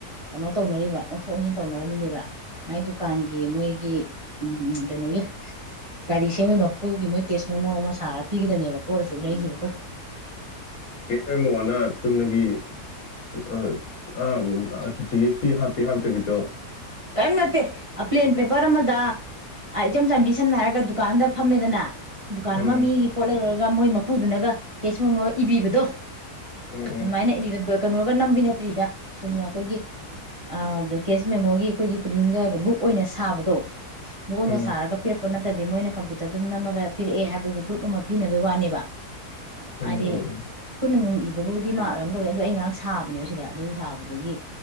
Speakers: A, on the right; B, on the left.
A: ꯀꯩꯅꯣ ꯇꯧꯅꯔꯤꯕ ꯑꯣꯟꯊꯣꯛ ꯑꯣꯟꯊꯣꯛ ꯑꯣꯟꯖꯤꯟ ꯇꯧꯅꯔꯝꯃꯤꯅꯦꯕ ꯃꯥꯏ ꯗꯨꯀꯥꯟꯒꯤ ꯃꯣꯏꯒꯤ ꯎꯝ ꯀꯩꯅꯣꯒꯤ ꯒꯥꯔꯤ ꯁꯦꯝꯕꯒꯤ ꯃꯄꯨꯒꯤ ꯃꯣꯏꯒꯤ ꯇꯦꯛ ꯃꯣꯃꯣ ꯑꯃ ꯁꯥꯔꯒ ꯄꯤꯒꯗꯕꯅꯦꯕ ꯄꯣꯠ ꯑꯁꯨꯛ ꯂꯩꯒꯤꯕ
B: ꯀꯦꯁ ꯃꯦꯃꯣ ꯑꯅ ꯆꯨꯝꯅꯒꯤ ꯑ ꯑ ꯑ ꯖꯤ ꯑꯦꯁ ꯇꯤ ꯍꯥꯞ ꯄꯤꯍꯥꯜ ꯇꯤꯕꯤꯇꯣ
A: ꯀꯔꯤꯝ ꯅꯠꯇꯦ ꯑ ꯄ꯭ꯂꯦꯟ ꯄꯦꯄꯔ ꯑꯃꯗ ꯑ ꯏꯆꯝ ꯆꯝꯕꯤ ꯁꯝꯅ ꯍꯥꯏꯔ ꯗ ꯗꯨꯀꯥꯟꯗ ꯐꯝꯃꯦꯗꯅ ꯗꯨꯀꯥꯟ
B: ꯎꯝ
A: ꯑꯃ ꯃꯤꯒꯤ ꯄꯣꯠ ꯂꯩꯔꯧꯔ ꯒ ꯃꯣꯏꯃꯄꯨꯗꯨꯅꯒ ꯀꯦꯁ ꯃꯦꯃꯣ ꯏꯕꯤꯕꯗꯣ
B: ꯎꯝ
A: ꯑꯗꯨꯃꯥꯥꯏꯅ ꯏꯕꯤꯔꯕ ꯀꯩꯅꯣꯒ ꯅꯝꯕꯤ ꯅꯠꯇ꯭ꯔꯤꯗ ꯆꯨꯝꯅ ꯑꯩꯈꯣꯏꯒꯤ ꯑ ꯗꯀꯦꯁ ꯃꯦꯃꯣꯒꯤ ꯑꯩꯈꯣꯏꯒꯤ ꯄ꯭ꯔꯤꯟꯒ ꯕꯨꯛ ꯑꯣꯏꯅ ꯁꯥꯕꯗꯣ ꯕꯣꯡꯅ
B: ꯎꯝ
A: ꯁꯥꯔꯒ ꯄꯤꯔꯛ ꯄꯣꯠ ꯅꯠꯇꯕꯤ ꯃꯣꯏꯅ ꯀꯝꯄꯨꯇꯔꯗꯨꯗ ꯅꯝꯃꯒ ꯄꯤꯔꯛꯑꯦ ꯍꯥꯏꯕꯒꯤ ꯄ꯭ꯔꯨꯨꯞ ꯑꯃ ꯄꯤꯅꯕꯒꯤ ꯋꯥꯅꯦꯕ
B: ꯎꯝ
A: ꯑꯥꯏꯗꯤ
B: ꯎꯝ ꯎꯝ
A: ꯈꯨꯠꯅ ꯅꯨꯡꯏꯕ ꯂꯣꯏꯅꯕꯨꯗꯤ ꯃꯥꯟꯂꯒ ꯑꯗꯨ ꯑꯩ ꯉꯥꯔꯥꯡ ꯁꯥꯕꯅꯦꯕ ꯁꯤꯗ ꯑꯗꯨ ꯁꯥꯕꯗꯨꯒꯤ